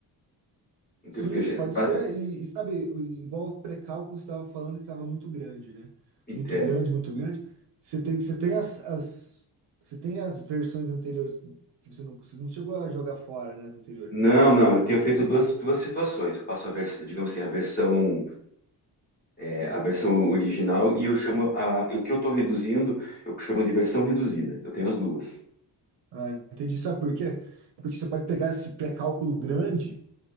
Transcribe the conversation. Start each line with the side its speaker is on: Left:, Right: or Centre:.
Left: Entendeu?
Right: Sim,
Left: Porque, ge-
Right: pode
Left: ba-
Right: ser. E, e sabe, igual o pré-cálculo que você estava falando que estava muito grande, né?
Left: e-
Right: Muito
Left: é,
Right: grande, muito grande. Você tem, você tem as, as, você tem as versões anteriores que você não, você não chegou a jogar fora, né, as anteriores.
Left: não, não, eu tenho feito duas, duas situações. Eu faço a versão, digamos assim, a versão, é, a versão original e eu chamo a, o que eu estou reduzindo, eu chamo de versão reduzida. Eu tenho as duas.
Right: Ah, entendi. Sabe por quê? Porque você pode pegar esse pré-cálculo grande,